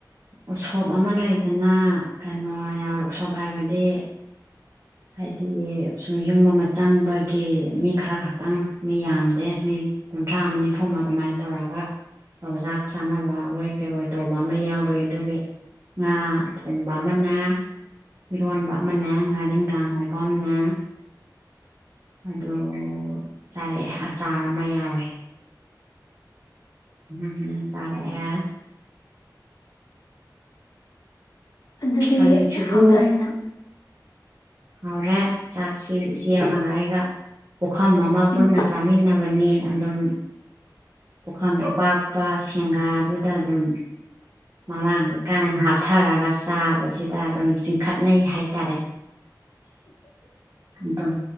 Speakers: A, on the right; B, on the left.
A: ꯎꯁꯣꯞ ꯑꯃ ꯂꯩꯗꯅ ꯀꯩꯅꯣ ꯌꯥꯎꯔꯦ ꯎꯁꯣꯞ ꯍꯥꯏꯕꯗꯤ ꯍꯥꯏꯗꯤ ꯁꯨꯝ ꯌꯨꯝ ꯑꯃ ꯆꯪꯕꯒꯤ ꯃꯤ ꯈꯔ ꯈꯛꯇꯪ ꯃꯤ ꯌꯥꯝꯗꯦ ꯃꯤ ꯀꯨꯟꯊ꯭ꯔꯥ ꯑꯃ ꯅꯤꯐꯨ ꯑꯃ ꯑꯗꯨꯃꯥꯏꯅ ꯇꯧꯔꯒ ꯄꯖꯥꯛ ꯆꯥꯅꯕ ꯑꯣꯏ ꯀꯩ ꯑꯣꯏ ꯇꯧꯕ ꯑꯃ ꯌꯥꯎꯔꯨ ꯑꯗꯨꯒꯤ ꯉꯥ ꯊꯣꯡꯕ ꯑꯃꯅ ꯏꯔꯣꯟꯕ ꯑꯃꯅ ꯉꯥꯔꯤꯈꯥ ꯉꯧꯕ ꯑꯃꯅ ꯑꯗꯨ ꯆꯥꯔꯛꯑꯦ ꯑꯆꯥꯔ ꯑꯃ ꯌꯥꯎꯋꯦ ꯎꯝꯝ ꯆꯥꯔꯦꯛ ꯑꯦ
B: ꯑꯗꯨꯗꯤ
A: ꯍꯧꯖꯤꯛꯁꯤꯕꯨ
B: ꯍꯥꯎꯊꯔꯦꯅꯪ
A: ꯍꯥꯎꯔꯦ ꯆꯥꯛꯁꯤ ꯏꯆꯦ ꯑꯃꯒ ꯑꯩꯒ ꯄꯨꯈꯝ ꯑꯃ ꯄꯨꯟꯅ
B: ꯎꯝ
A: ꯆꯥꯃꯤꯟꯅꯕ ꯕꯅꯤ ꯑꯗꯨꯝ ꯄꯨꯈꯝ ꯑꯄꯥꯛꯄ ꯁꯦꯡꯒꯥꯗꯨꯗ ꯑꯗꯨꯝ ꯃꯥꯥꯔꯥꯡ ꯀꯥꯏꯅ ꯍꯥꯞ ꯊꯔꯒ ꯆꯥꯕꯁꯤꯗ ꯑꯗꯨꯝ ꯆꯤꯡꯈꯠꯅꯩ ꯍꯥꯏꯇꯥꯔꯦ ꯑꯗꯨꯝ